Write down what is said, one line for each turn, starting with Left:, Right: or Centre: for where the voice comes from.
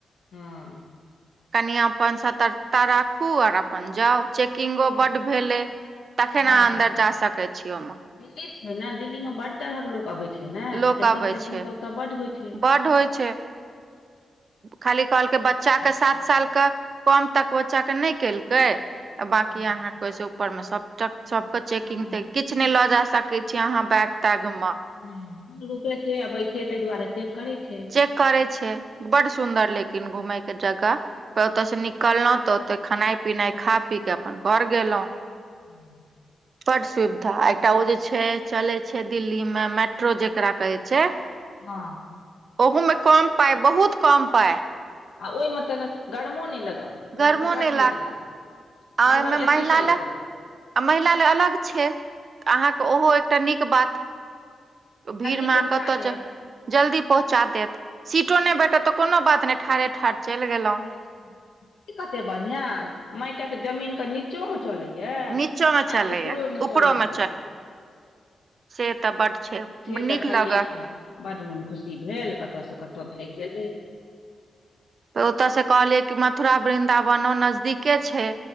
Left: हँ।
Right: कनि अपन सतर्कता राखू आर अपन जाउ। चेकिंगो
Left: हँ
Right: बड भेले तखन
Left: बड
Right: अहाँ अन्दर जा सकै छीय ओमा।
Left: दिल्ली छैय ने दिल्ली मे बड तरह के लोक अबै छैय। छैय ने
Right: लोक
Left: चैकिंग
Right: अबै
Left: तेकिंग
Right: छै
Left: तऽ ओतऽ बड् होइ छैय।
Right: बड होइ छै खाली कहलकै बच्चा के सात
Left: छै
Right: सालके कम तक बच्चा के नहि केलकै बाकी
Left: हँ
Right: अहाँ कैसे ऊपर में सब
Left: हँ
Right: सब के चेकिंग
Left: हँ
Right: तेकिंग किछ ने ल जाय सके छीे अहां। बैग तैग म
Left: हुं हुनकरके अबै छै ताहि दुआरे च करै छैय।
Right: चेक करै छैय बड सुन्दर लेकिन घूमेय के जगह। त ओत‌अ स निकलहुं तऽ ओत‌अ खेनाइ पिनाइ खा पी कऽ अपन घर गेलहुँ।
Left: <inaudible>
Right: बड सुवीधा एकटा ओ जे छैय चलै छैय दिल्ली मे मेट्रो जेकरा कहै छैय।
Left: हां।
Right: ओहो मे कम पा‌इ बहुत कम पाइ।
Left: आ ओ‌इमे तनऽ गरमो नय लागत ओइमे
Right: गर्मो
Left: तऽ बड
Right: नहि
Left: नीक लागत।
Right: आ
Left: हरदम
Right: ओहिमे
Left: एसी
Right: महिला
Left: चलैत
Right: लए
Left: रहे।
Right: आ महिला ला अलग छैय अहाँके ओहो एकटा नीक बात। भीड़
Left: जल्दी
Right: में अहां
Left: पहुँचा
Right: कतऽ
Left: देत
Right: ज जल्दी पहुँचा देत सीटो नहि भेटत तऽ कोनो बात ने ठाढ़े ठाढ़ चैल गेलौं।
Left: की कते बढ़िआं मायटक जमीनके नीचोमे चलैया
Right: नीचोमे
Left: आ
Right: चलैया
Left: उपरोमे
Right: ऊपरोमे
Left: चलैया।
Right: से तऽ बड्ड छै
Left: से
Right: नीक
Left: देखलियै
Right: लगत
Left: तऽ बड मोन खुशी भेल कतऽसँ कतऽ भाइग गेलै।
Right: त ओतऽ स कहलीयै की मथुरा वृन्दावनो नजदीके छैय